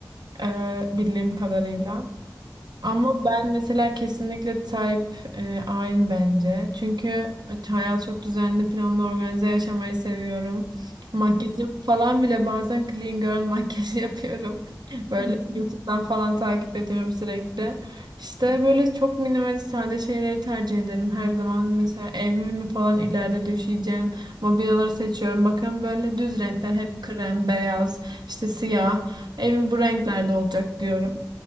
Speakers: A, on the right; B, on the left.
A: Ee, bildiğim kadarıyla. Ama
B: Hı hı,
A: ben mesela kesinlikle type e, A'yım bence. Çünkü hayat çok düzenli, planlı, organize yaşamayı seviyorum. Makyajımı
B: hı hı,
A: falan bile bazen clean girl makyajı <laughs> yapıyorum. Böyle
B: hı hı.
A: YouTube'dan falan takip ediyorum sürekli. İşte böyle çok minimalist sade şeyleri tercih ederim her zaman. Mesela evimi falan ileride döşeyeceğim. Mobilyaları seçiyorum. Bakın böyle düz renkler hep krem, beyaz, işte siyah. Evim bu renklerde olacak diyorum.